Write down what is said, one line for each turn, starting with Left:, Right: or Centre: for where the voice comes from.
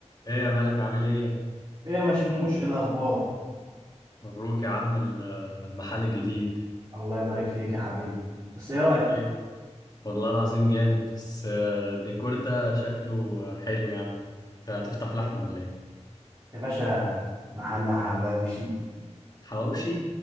Left: ايه يا مالك عامل ايه
Right: ايه يا مشموش ايه الاخبار
Left: مبروك يا عم ال- المحل الجديد
Right: الله يبارك فيك يا حبيبي بس ايه رايك
Left: ايه والله العظيم جامد بس آه، الديكور ده شكله آه، حلو يا عم انت هتفتح لحمة ولا ايه
Right: يا باشا محل حواوشي
Left: حواوشي